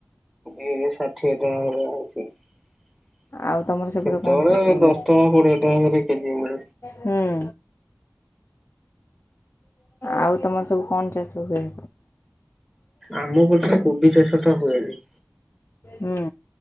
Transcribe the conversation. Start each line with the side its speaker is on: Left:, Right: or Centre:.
Centre: ଏବେ ଷାଠିଏ ଟଙ୍କା ଅଛି। ସେତେବେଳେ
Left: ଆଉ ତୁମର ସେପଟେ କ'ଣ ଚାଷ ହୁଏ
Centre: ଦଶ ଟଙ୍କା କୋଡିଏ ଟଙ୍କା କେଜି ମି।
Left: ହୁଁ ଆଉ ତମର ସବୁ କଣ ଚାଷ ହୁଏ?
Centre: ଆମ ପଟରେ କୋବି ଚାଷ ଟା ହୁଏନି।
Left: ହଁ।